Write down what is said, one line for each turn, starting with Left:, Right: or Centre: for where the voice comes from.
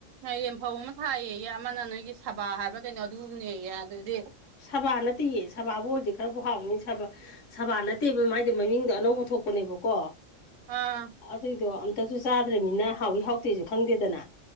Right: ꯦꯝꯐꯧ ꯑꯃ ꯊꯥꯏꯑ ꯑꯃꯅ ꯅꯣꯏꯒꯤ ꯁꯕꯥ ꯍꯥꯏꯕ꯭ꯔꯥ ꯀꯩꯅꯣ ꯑꯗꯨꯗꯤ
Left: ꯁꯕꯥ ꯅꯠꯇꯦꯌꯦ ꯁꯕꯥꯕꯨ ꯑꯣꯏꯗꯤ ꯈꯔꯕꯨ ꯍꯥꯎꯅꯤ ꯁꯕꯥ ꯅꯠꯇꯦꯕ ꯃꯥꯏꯗꯤ ꯃꯃꯤꯡꯗꯣ ꯑꯅꯧꯕ ꯊꯣꯛꯄꯅꯦꯕꯀꯣ
Right: ꯑꯥ
Left: ꯑꯗꯨꯏꯗꯣ ꯑ ꯛꯇꯁꯨ ꯆꯥꯗ꯭ꯔꯔꯤꯕꯅꯤꯅ ꯍꯥꯎꯏꯤ ꯍꯥꯎꯇꯦꯁꯨ ꯈꯪꯗꯦꯗꯅ